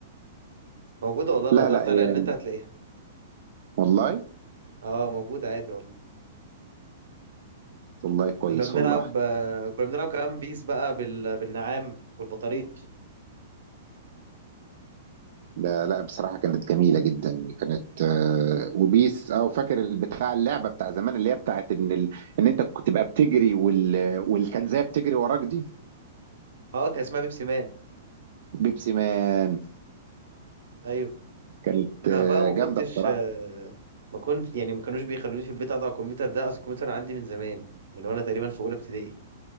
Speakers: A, on the right; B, on the right.
A: موجوده والله
B: لا
A: لو دورت
B: لا هي
A: عليها النت هتلاقيها
B: والله
A: اه موجوده عادي والله
B: والله كويس
A: كنا بنلعب
B: والله
A: آه، كنا بنلعب كمان بيس بقى بال... بالنعام والبطاريق
B: لا لا بصراحه كانت جميله جدا كانت آه، وبيس او فاكر البتاع اللعبه بتاع زمان اللي هي بتاعت ان ال... ان انت كنت تبقى بتجري وال... والكنزيه بتجري وراك دي
A: اه كان اسمها بيبسي مان
B: بيبسي مان
A: ايوه
B: كانت
A: انا
B: آه،
A: بقى ما
B: جامده
A: كنتش
B: بصراحه
A: آه، ما كنت يعني ما كانوش بيخلوني في البيت اقعد على الكمبيوتر ده اصل الكمبيوتر عندي من زمان من وانا تقريبا في اولى ابتدائي